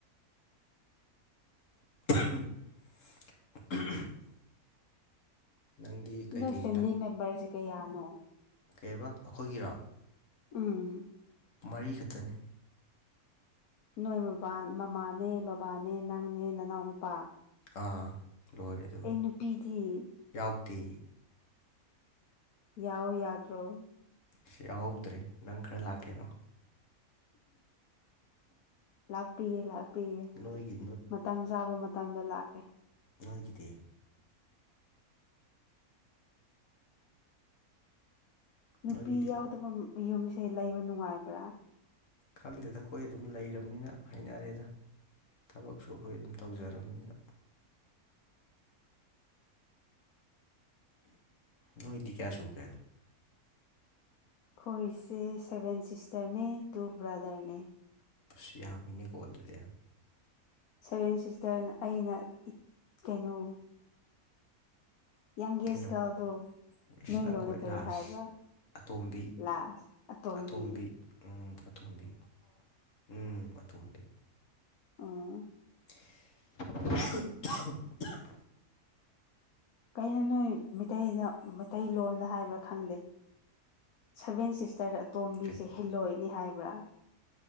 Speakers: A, on the left (about 55°); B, on the left (about 75°).
A: <unintelligible> <inaudible> ꯅꯪꯗꯤ ꯀꯩꯀꯩ
B: ꯅꯣꯏ ꯐꯦꯃꯤꯂꯤ ꯃꯦꯝꯕꯔꯁꯦ ꯀꯌꯥꯅꯣ
A: ꯀꯩꯔꯕ ꯑꯩꯈꯣꯏꯒꯤꯔꯥ
B: ꯑꯥ <unintelligible> <inaudible>
A: ꯃꯔꯤꯈꯛꯇꯅꯤ
B: ꯅꯣꯏ ꯃꯕꯥ ꯃꯃꯥꯅꯦ ꯕꯕꯥꯅꯦ ꯅꯪꯅꯦ ꯅꯅꯥꯎ ꯅꯨꯄꯥ
A: ꯑꯥ ꯂꯣꯏꯔꯦ ꯑꯗꯨ
B: ꯅꯨꯄꯤꯗꯤ
A: ꯌꯥꯎꯗꯦ
B: ꯌꯥꯎ ꯌꯥꯗ꯭ꯔꯣ
A: ꯁꯤ ꯌꯥꯎꯍꯧꯗ꯭ꯔꯦ ꯅꯪ ꯈꯔ ꯂꯥꯛꯀꯦꯔꯣ
B: ꯂꯥꯛꯄꯤꯒ ꯂꯥꯛꯄꯤ ꯄꯤꯌꯦ
A: ꯅꯣꯏꯒꯤ
B: ꯃꯇꯝ ꯆꯥꯕ ꯃꯇꯝꯗ ꯂꯥꯛꯀꯦ
A: ꯅꯒꯤꯗꯤ
B: ꯅꯨꯄꯤ
A: ꯅꯣꯏꯒꯤꯗꯤ
B: ꯌꯥꯎꯗꯕ ꯌꯨꯝꯁꯦ ꯂꯩꯕ ꯅꯨꯡꯉꯥꯏꯕ꯭ꯔꯥ
A: ꯈꯪꯗꯦꯗ ꯑꯩꯈꯣꯏ ꯑꯗꯨꯝ ꯂꯩꯔꯕꯅꯤꯅ ꯍꯥꯏꯅꯔꯦꯗ ꯊꯕꯛꯁꯨ ꯑꯩꯈꯣꯏ ꯑꯗꯨꯝ ꯇꯧꯖꯔꯝꯅꯤꯅ ꯅ ꯏꯗꯤ ꯀꯌꯥ ꯁꯨ ꯀꯦ
B: ꯑꯩꯈꯣꯏꯁꯦ ꯁꯚꯦꯟ ꯁꯤꯁꯇꯔꯅꯦ ꯇꯨ ꯕ꯭ꯔꯥꯗꯔꯅꯦ
A: ꯑꯁ ꯌꯥꯝꯃꯤꯅꯦꯀꯣ ꯑꯗꯨꯗꯤ
B: ꯁꯚꯦꯟ ꯁꯤꯁꯇꯔꯅ ꯑꯩꯅ ꯀꯩꯅꯣ ꯌꯥꯪꯒꯦꯁ
A: ꯅꯣꯏꯅ
B: ꯒꯥꯔꯜꯗꯣ
A: ꯏꯁ
B: ꯅꯣꯏ
A: ꯅꯪ
B: ꯂꯣꯅ
A: ꯈ꯭ꯋꯥꯏ
B: ꯀꯔꯤ
A: ꯂꯥꯁ
B: ꯍꯥꯏꯕ
A: ꯑꯇꯣꯝꯕꯤ
B: ꯂꯥꯁ ꯑꯇꯣꯟꯕꯤ
A: ꯑꯇꯣꯝꯕꯤ ꯎꯝ ꯑꯇꯣꯝꯕꯤ ꯎꯝ ꯃꯊꯗꯤ
B: ꯑꯥ
A: <inaudible>
B: ꯀꯥꯏꯅ ꯃꯤꯇꯩꯩꯗ ꯃꯩꯇꯩꯂꯣꯟꯗ ꯍꯥꯏꯕ꯭ꯔꯥ ꯈꯪꯗꯦ ꯁꯚꯦꯟ ꯁꯤꯛꯁ ꯆꯩꯔꯠ ꯑꯇꯣꯝꯕꯤꯁꯦ
A: ꯀꯩ
B: ꯍꯤꯜꯂꯣꯏꯅꯤ ꯍꯥꯏꯕ꯭ꯔꯥ